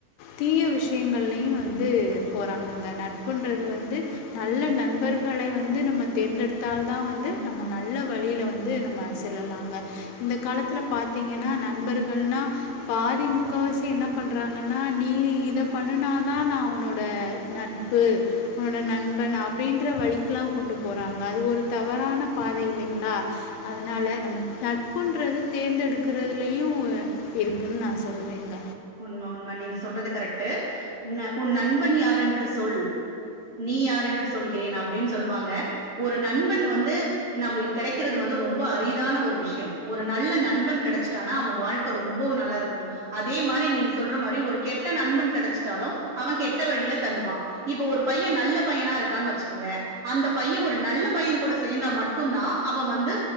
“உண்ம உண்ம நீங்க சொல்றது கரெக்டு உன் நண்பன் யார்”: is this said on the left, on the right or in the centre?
Right